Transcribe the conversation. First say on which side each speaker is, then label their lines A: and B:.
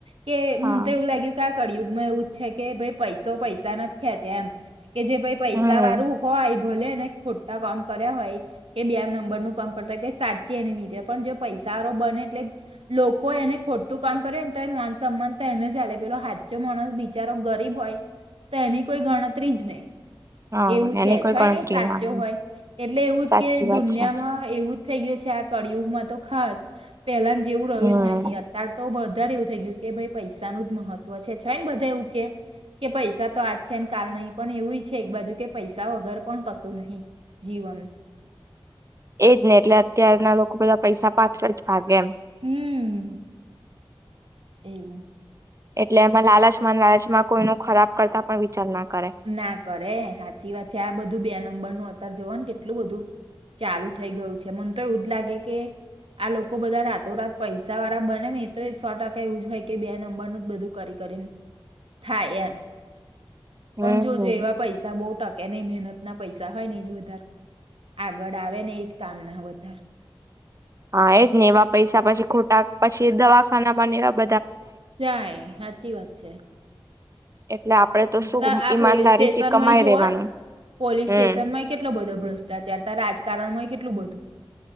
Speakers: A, on the right; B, on the right.
A: કે
B: હા
A: મને તો એવું લાગ્યું કે કળિયુગમાં એવું જ છે કે ભાઈ પૈસો પૈસા ને ખેંચે એમ કે જે ભાઈ પૈસા
B: હમ
A: વાળું હોય ભલે ને ખોટા કામ કર્યા હોય કે બે નંબર નું કામ કરતા હોય કે સાચી એની નીચે પણ જે પૈસારો બને એટલે લોકો એને ખોટું કામ કરે તો એ માન સમાન તો એને ચાલે પેલો હા ચો માણસ બિચારો ગરીબ હોય, તો એની કોઈ ગણતરી જ નહી.
B: હા
A: એવું છે
B: એની કોઈ
A: છે ને હોય
B: ગણતરી
A: ને સાચો
B: ના આવે
A: હોય એટલે એવું
B: સાચી
A: જ કે
B: વાત
A: દુનિયામાં
B: છે
A: એવું. થઈ ગયું છે આ કળિયુગમાં તો ખાસ પહેલા જેવું રહ્યું
B: હમ
A: જ નહીં અત્યાર તો બ ધારે એવું થઇ ગયું કે ભાઈ પૈસાનું જ મહત્વ છે, ને બધા એવું કે કે પૈસા તો આજ છે ને કાલ નહી પણ એવું છે એક બાજુ કે પૈસા વગર પણ કશું નહીં જી વન
B: એજ ને એટલે અત્યારના લોકો બધા પૈસા પાછળ જ ભાગે એમ
A: હમ એવું
B: એટલે એમાં લાલચમાં લાલચમાં કોઈનો ખરાબ કરતા પણ વિચાર ના કરે
A: ના કરે હાચી વાત છે, આ બધું બે નંબર નું અતાર જોવા ને કેટલું બધું ચાલુ થઈ ગયું છે, મને તો એવું જ લાગે કે આ લોકો બધા રાતો રાત પૈસા વાળા બને ને એ તો સો ટકા એવું જ હોય કે બે નંબરનું જ બધું કરી કરી થાય એમ
B: હમ
A: પણ જોજે એવા પૈસા બોવ ટકે નય મહેનત ના પૈસા હોય ને એ જ વધારે આગળ આવે ને એજ કામ ના વધા
B: હા એ જ ને એવા પૈસા પછી ખોટા પછી દવાખાનામાં નેવા બ
A: જાય સાચી વાત છે.
B: એટલે આપડે તો શું
A: હ આ
B: ઈમાનદારી
A: પોલીસ સ્ટેશનમાંય
B: થી કમાઈ
A: જોવો
B: રેવાનું
A: પોલીસ
B: હમ.
A: સ્ટેશન માં કેટલો બધો ભ્રષ્ટાચાર ત રાજકારણમાં કેટલું બધું